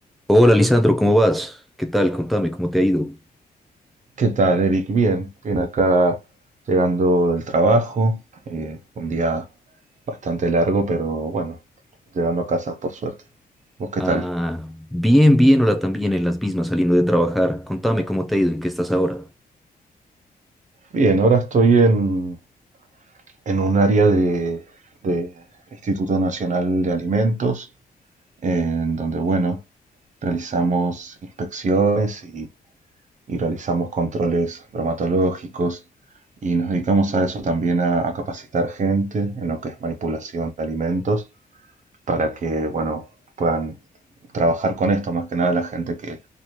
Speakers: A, in the centre; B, on the right.
A: Hola Lisandro, ¿cómo vas? ¿Qué tal? Contame, ¿cómo te ha ido?
B: ¿Qué tal, Eric? Bien, bien acá llegando del trabajo, eh, un día bastante largo, pero bueno, llegando a casa por suerte. ¿Vos qué
A: Ah,
B: tal?
A: bien, bien, hola también, en las mismas, saliendo de trabajar. Contame, ¿cómo te ha ido? ¿En qué estás ahora?
B: Bien, ahora estoy en, en un área de, de Instituto Nacional de Alimentos, en donde, bueno, realizamos inspecciones y, y realizamos controles bromatológicos y nos dedicamos a eso también, a a capacitar gente en lo que es manipulación de alimentos para que, bueno, puedan trabajar con esto, más que nada la gente que,